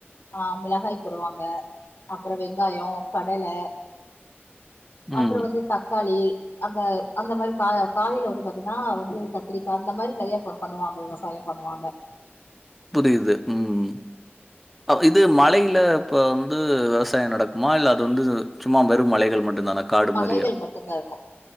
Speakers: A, on the left; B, in the centre.
A: ஆ மிளகாய் போடுவாங்க அப்பறம் வெங்காயொ கடல அப்பறம்
B: ம்.
A: வந்து தக்காளி அந்த அந்த மாரி கா காயில வந்து பாத் திங்ன்னா வந்து கத்திரிக்கா அந்த மாரி நெறையா பண்ணுவாங்க விவசாயம் பண்ணுவாங்க
B: புரியுது ம் இது மலையில ப்ப வந்து விவசாயம் நடக்குமா இல்ல அது வந்து சும்மா வெறும் மலைகள் மட்டு தானா காடு
A: மலைகள்
B: மாரியா?
A: மட்டுந்தா இருக்கூ